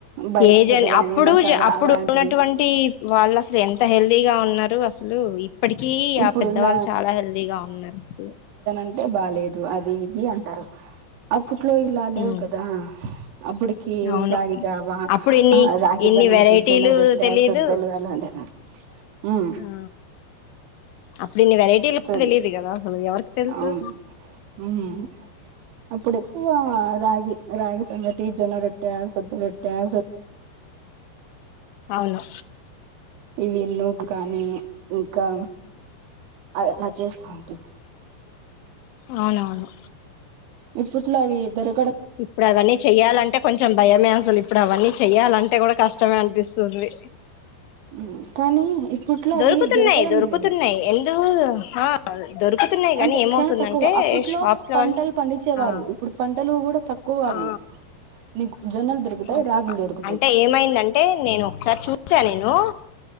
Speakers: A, on the right; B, on the left.
A: బయట
B: ఏజ
A: ఫుడ్ గాని
B: అప్పుడు
A: మసాలా
B: అప్పుడు
A: అలాంటివి
B: ఉన్నటువంటి వాళ్ళు అసలు ఎంత హెల్దీగా ఉన్న. ఉన్నారు అసలు ఇప్పటికీ
A: ఇప్పుడున్న
B: ఆ పెద్దవాళ్ళు చాలా హెల్దీగా ఉన్నారు అసలు
A: అంటే బాలేదు అది ఇది అంటారు <inaudible> అప్పుట్లో ఇలా లేవు
B: హ్మ్.
A: కదా అప్పటికి
B: అవును
A: రాగి జావ
B: అప్పుడు ఇన్ని
A: ఆ రాగి
B: ఇన్ని
A: సంగటి
B: వెరైటీలు
A: జొన్న రొట్టె
B: తెలీదు
A: సద్ధలు అలానే ఉమ్
B: ఆ అప్పుడు ఇన్ని వెరైటీలు
A: సో
B: తెలియదు కదా అసలు ఎవరికి తెలుసు
A: అవును ఉమ్మ్ అప్పుడెక్కువ రాగి రాగి సంగటి జొన్న రొట్టె సద్ద పెట్టె సొ
B: అవును
A: ఇవి నూకు కానీ ఇంకా <unintelligible> చేస్తా ఉంటి
B: అవునవును
A: విప్పుట్లావి ఇద్దరు
B: ఇప్పుడు అవన్నీ చెయ్యాలంటే కొంచెం భయమే అసలు ఇప్పుడు అవన్నీ చెయ్యాలంటే కూడా కష్టమే అనిపిస్తుంది
A: ఉమ్మ్ కానీ ఇప్పట్లో
B: దొరుకుతున్నాయి
A: అవి దొరకడం
B: దొరుకుతున్నాయి
A: లేదు
B: ఎందుకు ఆ దొరుకుతున్నాయి కానీ
A: అంటే
B: ఏమవుతుందంటే
A: చాలా తక్కువ అప్పట్లో
B: షాప్స్ లో
A: పంటలు
B: వాళ్ళు
A: పండించేవారు
B: ఆ
A: ఇప్పుడు పంటలు కూడా తక్కువ అవి
B: ఆ
A: నీకు జొన్నలు దొరుకుతాయి
B: అదే
A: రాగులు దొరుకుతాయి
B: అంటే ఏమైందంటే నేను ఒకసారి చూశా నేను